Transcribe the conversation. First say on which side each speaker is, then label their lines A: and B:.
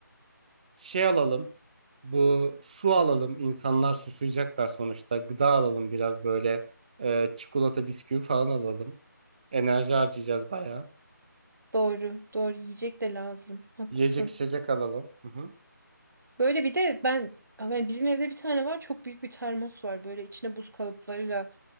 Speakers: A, on the right; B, on the right.
A: Şey alalım. Bu su alalım. İnsanlar susayacaklar sonuçta. Gıda alalım biraz böyle. e, çikolata, bisküvi falan alalım. Enerji harcayacağız bayağı.
B: Doğru. Doğru yiyecek de lazım. Haklısın.
A: Yiyecek içecek alalım. Hı hı.
B: Böyle bir de ben yani bizim evde bir tane var çok büyük bir termos var. Böyle içine buz kalıplarıyla